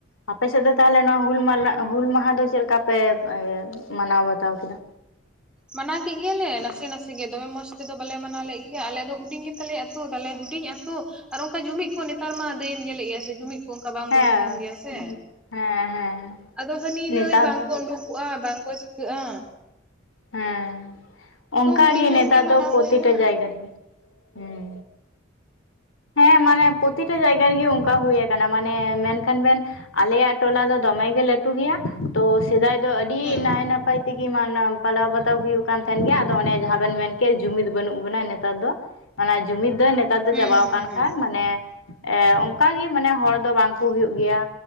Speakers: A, on the left; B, in the centre.
A: ᱟᱯᱮᱥᱮᱫ ᱫᱚ ᱛᱟᱦᱚᱞᱮ ᱱᱚᱣᱟ ᱦᱩᱞ ᱢᱟᱞ ᱱᱟᱜ ᱦᱩᱞ ᱢᱟᱦᱟ ᱫᱚ ᱪᱮᱫ ᱞᱮᱠᱟ ᱯᱮ ᱢᱟᱱᱟᱣ ᱵᱟᱛᱟᱣ ᱠᱮᱫᱟ?
B: ᱢᱟᱱᱟᱣ ᱠᱮᱫ ᱜᱮᱭᱟᱞᱮ ᱱᱟᱥᱮ ᱱᱟᱥᱮ ᱜᱮ, ᱫᱚᱢᱮ ᱢᱚᱸᱡᱽ ᱛᱮᱫᱚ ᱵᱟᱞᱮ ᱢᱟᱱᱟᱣ ᱞᱮᱫ ᱜᱮᱭᱟ ᱟᱞᱮ ᱫᱚ ᱦᱩᱰᱤᱧ ᱜᱮᱛᱟᱞᱮᱭᱟ ᱟᱛᱼᱼ ᱛᱩ ᱛᱟᱞᱮ ᱦᱩᱰᱤᱧ ᱟᱛᱳ ᱟᱨ ᱚᱱᱠᱟ ᱡᱩᱢᱤᱫ ᱠᱚ ᱱᱮᱛᱟᱨ ᱢᱟ ᱫᱟᱹᱭᱮᱢ ᱧᱮᱞᱮᱫ ᱜᱮᱭᱟ ᱥᱮ ᱡᱩᱢᱤᱫ ᱚᱱᱠᱟ ᱵᱟᱝᱵᱚᱱ
A: ᱦᱮᱸ
B: ᱛᱟᱦᱮᱱ ᱜᱮᱭᱟ ᱥᱮ᱾
A: ᱦᱮᱸ ᱦᱮᱸ
B: ᱟᱫᱚ ᱦᱟᱹᱱᱤ
A: ᱱᱮᱛᱟᱨ
B: ᱱᱟᱹᱭ ᱵᱟᱝᱠᱚ
A: ᱫᱚ
B: ᱩᱸᱰᱩᱠᱚᱜᱼᱟ ᱵᱟᱝ ᱠᱚ ᱪᱤᱠᱟᱹᱜᱼᱟ᱾
A: ᱦᱮᱸ, ᱚᱱᱠᱟᱜ
B: ᱛᱚ ᱦᱩᱰᱤᱧ
A: ᱜᱮ
B: ᱧᱚᱜ
A: ᱱᱮᱛᱟᱨ
B: ᱢᱟᱱᱟᱣ
A: ᱫᱚ ᱯᱨᱚᱛᱤᱴᱟ
B: ᱦᱩᱭᱱᱟ
A: ᱡᱟᱭᱜᱟ ᱨᱮᱜᱮ᱾ ᱦᱮᱸ, ᱦᱮᱸ ᱢᱟᱱᱮ ᱯᱨᱚᱛᱤᱴᱟ ᱡᱟᱭᱜᱟ ᱨᱮᱜᱮ ᱚᱱᱠᱟ ᱦᱩᱭ ᱟᱨᱼᱼ ᱢᱟᱱᱮ ᱢᱮᱱᱠᱷᱟᱱ ᱵᱮᱱ ᱟᱞᱮᱭᱟᱜ ᱴᱚᱞᱟ ᱫᱚ ᱫᱚᱢᱮ ᱜᱮ ᱞᱟᱹᱴᱩ ᱜᱮᱭᱟ ᱛᱚ ᱥᱮᱫᱟᱭ ᱫᱚ ᱟᱹᱰᱤ
B: ᱦᱩᱸ
A: ᱱᱟᱭ ᱱᱟᱯᱟᱭ ᱛᱮᱜᱮ ᱢᱟᱱᱟᱼᱼ ᱯᱟᱞᱟᱣ ᱵᱟᱛᱟᱣ ᱦᱩᱭᱩᱜ ᱠᱟᱱ ᱛᱟᱦᱮᱱ ᱜᱮᱭᱟ ᱟᱫᱚ ᱚᱱᱮ ᱡᱟᱦᱟᱸ ᱵᱮᱱ ᱢᱮᱱ ᱠᱮᱫ ᱡᱩᱢᱤᱫ ᱵᱟᱹᱱᱩᱜ ᱵᱚᱱᱟ ᱱᱮᱛᱟᱨ ᱫᱚ᱾ ᱢᱟᱱᱮ ᱡᱩᱢᱤᱫ ᱫᱚ ᱱᱮᱛᱟᱨ ᱫᱚ
B: ᱦᱩᱸ
A: ᱪᱟᱵᱟᱣᱟᱠᱟᱱ
B: ᱦᱩᱸ ᱦᱩᱸ
A: ᱠᱷᱟᱡ ᱢᱟᱱᱮ ᱮ ᱚᱱᱠᱟᱜᱮ ᱢᱟᱱᱮ ᱦᱚᱲ ᱫᱚ ᱵᱟᱝ ᱠᱚ ᱦᱩᱭᱩᱜ ᱜᱮᱭᱟ᱾